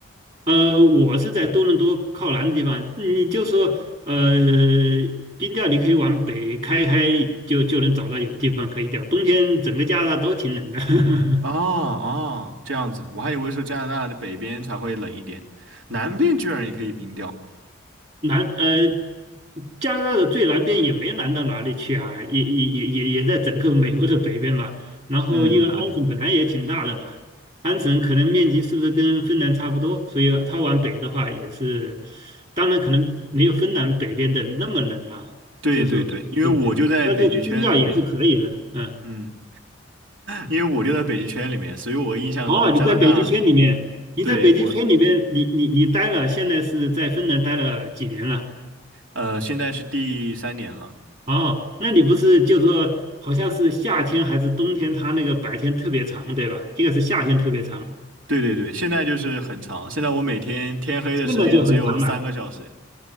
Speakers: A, on the right; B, on the right.
A: 呃，我是在多伦多靠南的地方，你就说呃冰钓你可以往北开开就就能找到有地方可以钓，冬天整个加拿大都挺冷的。<laughs>
B: 哦哦，这样子，我还以为是加拿大的北边才会冷一点，南边居然也可以冰钓。
A: 南呃，加拿大的最南边也没南到哪里去啊，也也也也也在整个美国的北边嘛。然后因为安省本来也挺大的嘛，
B: 嗯嗯，
A: 安省可能面积是不是跟芬兰差不多？所以它往北的话也是，当然可能没有芬兰北边的那么冷啊，
B: 对对对，
A: 就是说对对，
B: 因为我就在北极圈里面，
A: 但是冰钓也是可以的，嗯。
B: 嗯，因为我就在北极圈里面，所以我印象中加拿大，
A: 哦，你在北极圈里面，你在北极圈里边？
B: 对，我，
A: 你你你待了，现在是在芬兰待了几年了？
B: 呃，现在是第三年了，
A: 哦，那你不是就说好像是夏天还是冬天，它那个白天特别长，对吧？应该是夏天特别长，
B: 对对对，现在就是很长，现在我每天天黑的时间只有三个小时，
A: 现在就很长了。